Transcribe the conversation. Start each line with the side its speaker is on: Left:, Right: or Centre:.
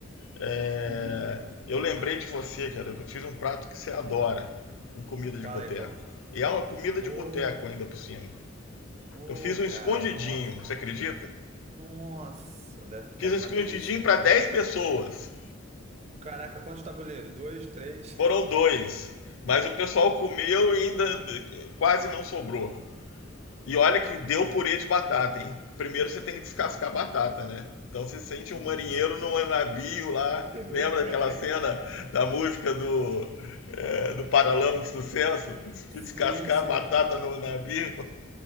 Left: É,
Right: Uhum.
Left: Eu lembrei de você, cara. Eu fiz um prato que você adora, uma comida
Right: Qual
Left: de boteco.
Right: é? Qual?
Left: E é uma comida
Right: Ô,
Left: de boteco ainda por cima.
Right: ô,
Left: Eu fiz um escondidinho,
Right: cara, nossa.
Left: você acredita?
Right: Nossa, deve ter ficado
Left: Fiz um escondidinho
Right: uma delícia, hein?
Left: para 10 pessoas.
Right: Caraca, quantos tabuleiros? Dois, três?
Left: Foram dois. Mas o pessoal comeu e ainda quase não sobrou. E olha que deu
Right: Cara,
Left: purê de batata, hein? Primeiro você tem que descascar
Right: não.
Left: a batata, né? Então você sente
Right: Sim,
Left: um marinheiro
Right: você...
Left: num navio lá.
Right: <laughs>
Left: Lembra daquela cena da música do, é, do Paralama de Sucesso?
Right: Sim,
Left: Descascar
Right: sim.
Left: a batata no navio.